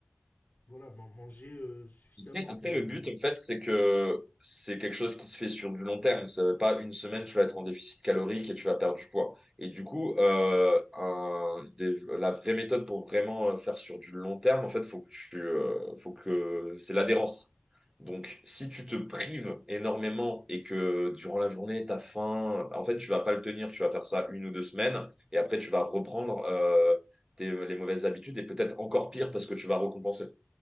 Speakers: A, on the left; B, on the right.
A: voilà, man- manger euh, suffisamment,
B: Après, après,
A: faire...
B: le
A: euh,
B: but, en fait, c'est que c'est quelque chose qui se fait sur du long terme. Ça veut pas une semaine, tu vas être en déficit calorique et tu vas perdre du poids. Et du coup, euh, un- des- la vraie méthode pour vraiment euh, faire sur du long terme, en fait, faut que tu, euh, faut que c'est l'adhérence. Donc, si tu te prives énormément et que durant la journée, tu as faim, en fait, tu vas pas le tenir. Tu vas faire ça une ou deux semaines et après, tu vas reprendre euh, tes- les mauvaises habitudes et peut-être encore pire parce que tu vas récompenser.